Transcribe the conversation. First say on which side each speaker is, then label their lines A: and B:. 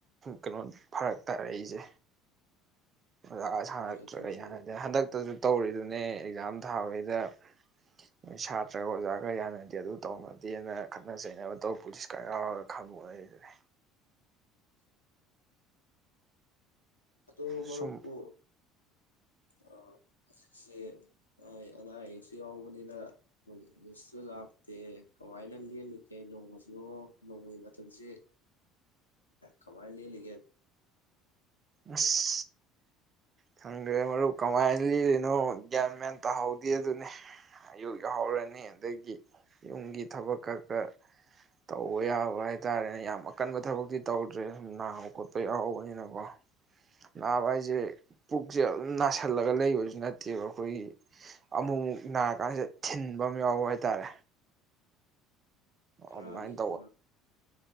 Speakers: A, on the right; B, on the left.
A: ꯀꯩꯅꯣ ꯐꯔꯛ ꯇꯥꯔꯛꯏꯁꯦ ꯑꯣꯖꯥꯒ ꯁꯥꯟꯅꯛꯇ꯭ꯔꯒ
B: ꯍꯣꯏ ꯑꯗꯨꯅꯤ
A: ꯌꯥꯅꯗꯦ
B: ꯃꯔꯨꯞ
A: ꯍꯟꯗꯛꯇꯁꯨ ꯇꯧꯔꯤꯗꯨꯅ ꯑꯦꯛꯖꯥꯝ ꯊꯥꯕꯩꯗ ꯅꯣꯏ ꯁꯥꯇ꯭ꯔꯒ ꯑꯣꯖꯥ ꯈꯔ ꯌꯥꯅꯗꯦ ꯑꯗꯨ ꯇꯧꯅꯗꯦꯅ ꯈꯠꯅ ꯆꯩꯅꯕ ꯇꯧ ꯄꯨꯂꯤꯁ ꯈꯔ ꯌꯥꯎꯔꯒ ꯈꯪꯗꯣꯛꯅꯔꯤꯦ
B: ꯑꯗꯣ
A: ꯁꯨꯝ
B: ꯃꯄꯨ ꯑ ꯍꯧꯖꯤꯛꯁꯦ ꯑꯅꯥ ꯑꯌꯦꯛꯁꯨ ꯌꯥꯎꯕꯅꯤꯅꯁꯨ ꯂꯥꯛꯇꯦ ꯀꯃꯥꯏꯅ ꯂꯦꯜꯂꯤꯒꯦ ꯅꯣꯡꯃꯁꯨ ꯅꯣꯡꯃꯒꯤ ꯃꯇꯝꯁꯤ ꯀꯃꯥꯏꯅ ꯂꯦꯜꯂꯤꯒꯦ
A: ꯑꯁ ꯈꯪꯗ꯭ꯔꯦ ꯃꯔꯨꯞ ꯀꯃꯥꯏꯅ ꯂꯤꯔꯤꯅꯣ ꯒ꯭ꯌꯥꯟ ꯃꯌꯥꯟ ꯇꯥꯍꯧꯗꯦ ꯑꯗꯨꯅꯦ ꯑꯌꯨꯛ ꯌꯥꯎꯍꯧꯔꯅꯤ ꯑꯗꯒꯤ ꯌꯨꯝꯒꯤ ꯊꯕꯛꯀ ꯈ ꯇꯧꯕ ꯌꯥꯕ ꯍꯥꯏꯇꯥꯔꯦꯅꯦ ꯌꯥꯝ ꯑꯀꯟꯕ ꯊꯕꯛꯇꯤ ꯇꯧꯗ꯭ꯔꯦ ꯁꯨꯝ ꯅꯥꯕ ꯈꯣꯠꯄ ꯌꯥꯎꯍꯧꯕꯅꯤꯅꯀꯣ ꯅꯍꯥꯟꯋꯥ ꯍꯥꯏꯁꯦ ꯄꯨꯛꯁꯦꯜ ꯊꯜꯂꯒ ꯂꯩꯕꯁꯨ ꯅꯠꯇꯦꯕ ꯑꯩꯈꯣꯏꯒꯤ ꯑꯃꯨꯛ ꯑꯃꯨꯛ ꯅꯥꯔ ꯀꯥꯟꯁꯤꯗ ꯊꯤꯟꯕ ꯑꯃ ꯌꯥꯎꯕ ꯍꯥꯏꯇꯥꯔꯦ
B: ꯍꯔꯖꯤꯗꯤ
A: ꯑꯗꯨꯃꯥꯏꯅ